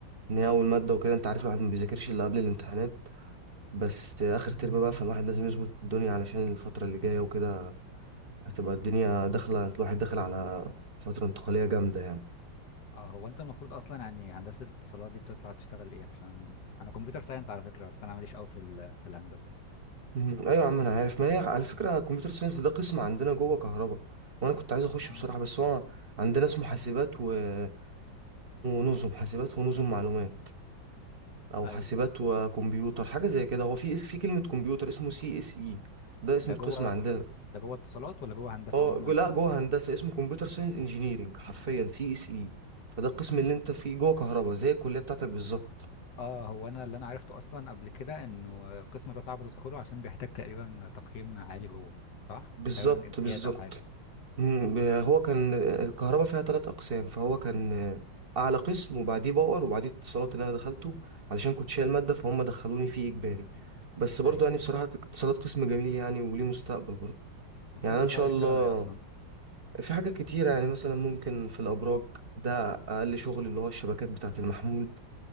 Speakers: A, on the right; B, on the left.
A: إن هي أول مادة وكده أنت عارف الواحد ما بيذاكرش إلا قبل الامتحانات بس آخر ترم بقى فالواحد لازم يظبط الدنيا علشان الفترة اللي جاية وكده هتبقى الدنيا داخلة الواحد داخل على فترة انتقالية جامدة يعني
B: اه هو انت المفروض اصلا يعني هندسة الاتصالات دي بتطلع تشتغل ايه عشان انا كمبيوتر ساينس على فكرة بس انا ماليش قوي في ال... في الهندسة
A: مم. أيوة يا عم أنا عارف ما هي على فكرة كمبيوتر ساينس ده قسم عندنا جوه كهرباء وأنا كنت عايز أخش
B: اه
A: بصراحة بس هو عندنا اسمه حاسبات واسمه نظم حاسبات ونظم معلومات أو
B: ايوه
A: حاسبات وكمبيوتر حاجة زي كده هو في اس- في كلمة كمبيوتر اسمه سي اس إي ده اسم
B: ده
A: القسم
B: جوه
A: عندنا
B: ده جوه اتصالات ولا جوه هندسة
A: اه
B: عموما
A: جو- لا جوه هندسة اسمه كمبيوتر ساينس انجينيرنج حرفيا سي اس إي فده القسم اللي أنت فيه جوه كهرباء زي الكلية بتاعتك بالظبط
B: اه هو انا اللي انا عرفته اصلا قبل كده انه القسم ده صعب تدخله عشان بيحتاج تقريبا تقييم عالي جوه صح
A: بالظبط
B: تقريبا امتياز
A: بالظبط
B: او حاجه
A: مم، هو كان الكهرباء فيها ثلاث اقسام فهو كان اعلى قسم وبعديه باور وبعديه اتصالات اللي انا دخلته علشان كنت شايل ماده فهم دخلوني فيه اجباري بس برضو
B: ايوه
A: يعني بصراحه اتصالات قسم جميل يعني وليه مستقبل برضو
B: المفروض
A: يعني أنا
B: بيطلعوا
A: ان شاء
B: يشتغلوا
A: الله
B: ايه اصلا
A: في حاجات كتيره يعني مثلا ممكن في الابراج ده اقل شغل اللي هو الشبكات بتاعه المحمول